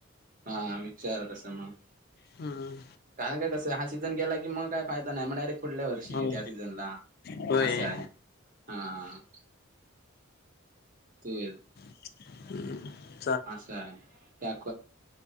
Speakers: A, on the right; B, on the left.
A: हा विचार कसं मग
B: हम्म्
A: कारण काय कसंय, हा सीझन गेला की मग काय फायदा नाही मग डायरेक्ट पुुढल्या वर्षी,
B: हो
A: त्या सीझनला
B: होय
A: असा आहे हा. <unintelligible>
B: <unintelligible>
A: असयं. त्या